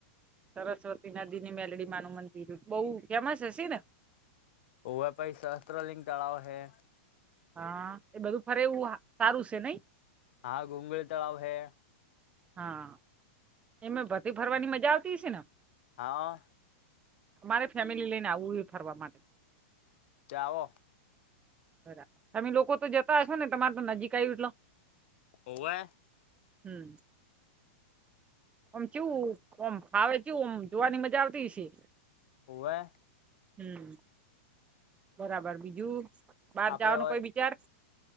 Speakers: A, on the right; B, on the left.
A: સરસ્વતી નદી ની મેલડી માં નું મંદિર, બહુ ફેમસ હશે ને?
B: ઓવે પહીં સહસ્ત્રલિંગ તળાવ હૈ.
A: હા. એ બધું ફરે એવું સારું સે નહીં?
B: હા, ગુંગળ તળાવ હે.
A: હા. એમાં ભરતી ભરવાની મજા આવતી હયને ના?
B: હા.
A: મારે ફેમિલી લઈને આવું એ ફરવા માટે.
B: જાવો.
A: બરાબર. તમે લોકો તો જતા હશો ને? તમાર તો નજીક આયું એટલો.
B: હોવે.
A: હમ્મ. ઓમ ચેવું ઓમ ફાવે કેવું આમ, જોવાની મજા આવતી હયશે.
B: હોવે.
A: હમ્મ. બરાબર બીજું બાર
B: આપડે
A: જવાનો
B: હોય
A: કોઈ વિચાર.